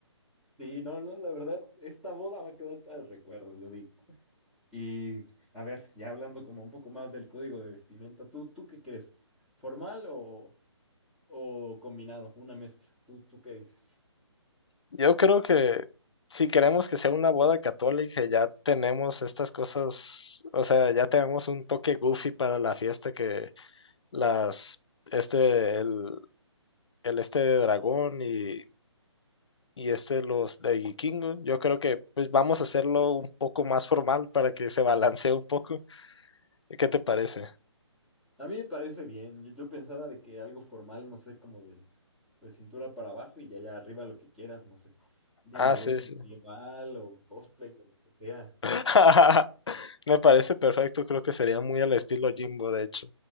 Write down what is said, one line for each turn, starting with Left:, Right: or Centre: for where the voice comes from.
Centre: Sí, no, no, la verdad, esta boda va a quedar para el recuerdo, yo digo. Y a ver, ya hablando como un poco más del código de vestimenta, ¿tú, tú qué crees? ¿Formal o, o combinado? Una mezcla. ¿Tú, tú qué dices?
Left: Yo creo que si queremos que sea una boda católica, ya tenemos estas cosas, o sea, ya tenemos un toque goofy para la fiesta que las, este, el, el este de dragón y, y este los de vikingo. Yo creo que pues vamos a hacerlo un poco más formal para que se balancee un poco. ¿Qué te parece?
Centre: A mí me parece bien. Yo, yo pensaba de que algo formal, no sé, como de, de cintura para abajo y ya allá arriba lo que quieras, no sé. Una
Left: Ah,
Centre: armadura
Left: sí,
Centre: medieval
Left: sí.
Centre: o cosplay o lo que sea.
Left: <laughs> Me parece perfecto, creo que sería muy al estilo Jimbo, de hecho.